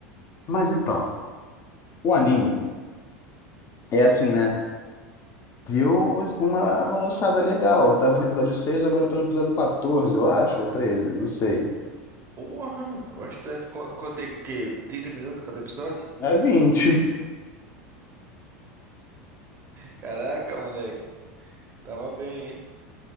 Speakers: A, on the left (about 35°); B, on the right (about 30°).
A: Mas então, o anime é assim, né? Deu uma avançada legal. Eu tava no episódio seis agora eu tô no episódio quatorze eu acho, ou treze não sei.
B: Porra, bastante. Qu- Quanto tem que? 30 minutos cada episódio?
A: É vinte <laughs>
B: Caraca, moleque. Tava bem, hein?